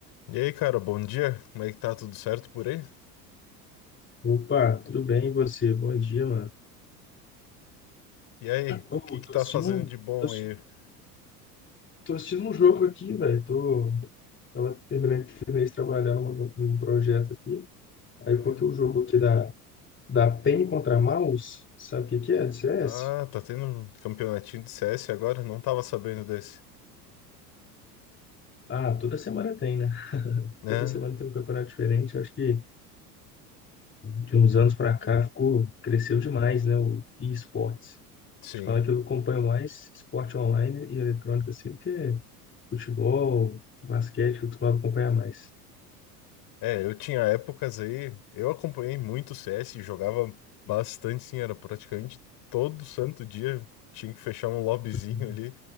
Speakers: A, on the left (about 50°); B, on the left (about 25°).
A: E aí, cara, bom dia. Como é que tá? Tudo certo por aí?
B: Opa, tudo bem e você? Bom dia, mano.
A: E aí, o
B: Ô,
A: que que
B: tô
A: tá
B: assistindo
A: fazendo
B: um,
A: de bom
B: tô assistindo,
A: aí?
B: tô assistindo um jogo aqui, velho. Tô, tava terminando, terminei de trabalhar num, num projeto aqui. Aí
A: Aham.
B: eu coloquei o jogo aqui da, da PEN contra mouse. Sabe o que que é? De C S.
A: Ah, tá tendo um campeonatinho de CS agora? Não tava sabendo desse.
B: Ah, toda semana tem, né?
A: Né?
B: Toda semana tem um campeonato diferente. Eu acho que de uns anos pra cá ficou, cresceu demais, né? O e-sports.
A: Sim.
B: Te falar que eu acompanho mais esporte online e eletrônico, assim, do que futebol, basquete, eu costumava acompanhar mais.
A: É, eu tinha épocas aí, eu acompanhei muito o CS, e jogava bastante, sim, era praticamente todo santo dia. Tinha que fechar um lobbyzinho
B: Uhum,
A: ali.